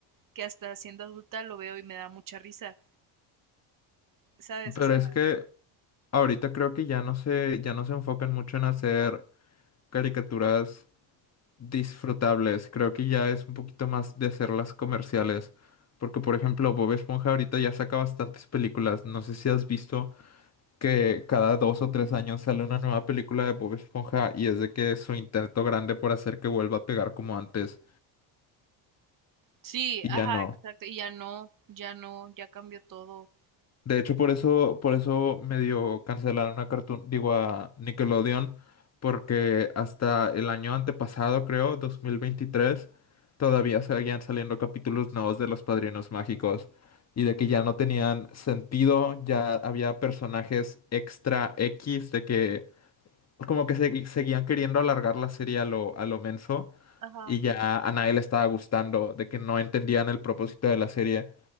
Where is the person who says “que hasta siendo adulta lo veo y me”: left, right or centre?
Right